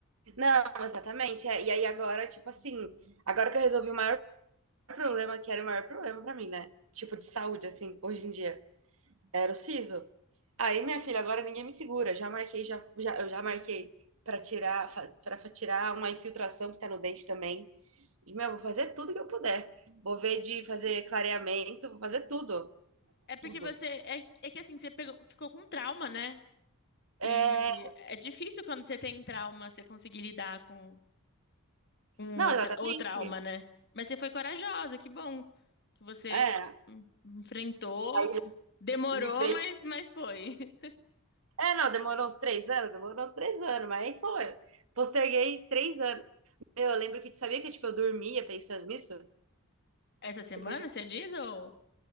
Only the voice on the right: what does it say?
Não, exatamente. é. E aí agora, tipo assim, agora que eu resolvi o maior problema, que era o maior problema pra mim, né? Tipo, de saúde, assim, hoje em dia. Era o siso. Aí, minha filha, agora ninguém me segura. Já marquei, já, já, eu já marquei pra tirar, faz- pra tirar uma infiltração que tá no dente também. E, meu, vou fazer tudo que eu puder. Vou ver de fazer clareamento, vou fazer tudo.
Tudo.
É...
Não,
exatamente.
É.
Aí eu
livrei.
É, não, demorou uns três anos, demorou uns três anos, mas aí foi. Posterguei três anos. Meu, eu lembro que, tipo, sabia que, tipo, eu dormia pensando nisso?
Tipo,